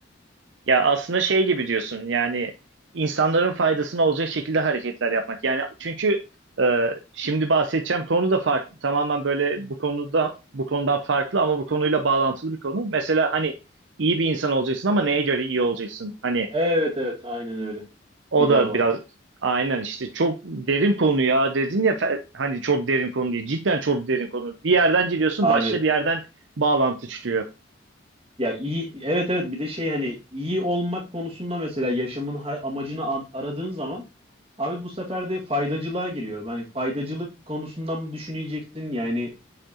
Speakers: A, on the right (about 75°); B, on the right (about 30°).
A: Ya aslında şey gibi diyorsun yani insanların faydasına olacak şekilde hareketler yapmak. Yani çünkü e, şimdi bahsedeceğim konu da farklı. Tamamen böyle bu konuda bu konudan farklı ama bu konuyla bağlantılı bir konu. Mesela hani iyi bir insan olacaksın ama neye göre iyi olacaksın? Hani
B: Evet evet aynen öyle.
A: o
B: Bir daha
A: da
B: var.
A: biraz aynen işte çok derin konu ya dedin ya fe- hani çok derin konu diye. Cidden çok derin konu. Bir yerden giriyorsun
B: Abi
A: başka bir yerden bağlantı çıkıyor.
B: Ya iyi evet evet bir de şey hani iyi olmak konusunda mesela yaşamın ha- amacını a- aradığın zaman abi bu sefer de faydacılığa giriyor. Yani faydacılık konusundan mı düşüneceksin? Yani